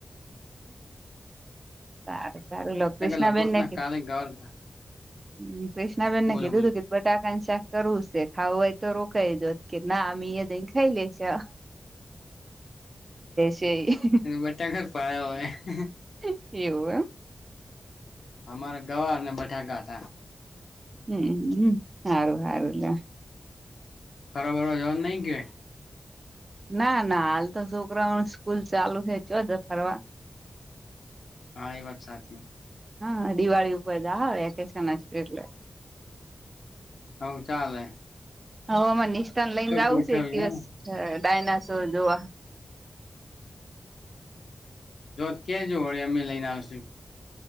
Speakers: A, on the left; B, on the right.
A: હમ્મ
B: સારું સારું લો કૃષ્નાબેનને
A: લગભગ ના
B: કીધ
A: કાલે ગવાર
B: હમ્મ કૃષ્ણ બેન
A: બોલો
B: ને કિથુ
A: બોલો
B: તુ કે બટાકાનું શાક કરવું છે ખાવું હોય તો રોકાઇ જો ત કે ના અમે યા જઈ ન ખઈ લઇશુ. શે ઈ
A: બટાકા જ <unintelligible>
B: <unintelligible> એવું એમ.
A: અમારે ગવાર ને બટાકા હતા.
B: હમ્મ હમ્મ સારું હારું લ્યો.
A: ફરવા બરવા જવાનું નહીં ન ક્યાંય.
B: ના ના હાલ તો છોકરાઓને સ્કૂલ ચાલુ થઈ ચો જાય ફરવા
A: હા એ વાત સાચી.
B: હા દિવાળી ઉપર જાહ, વેકેશન હશે એટલે.
A: આવું ચાલે.
B: હવે અમાર નિષ્ઠા ન લઈને
A: તો
B: જાવું
A: ગોઠવ્યું
B: છે એક દિવસ ડાયનાસોર જોવા.
A: જોત કેજો વળી અમે લઈન આવશું.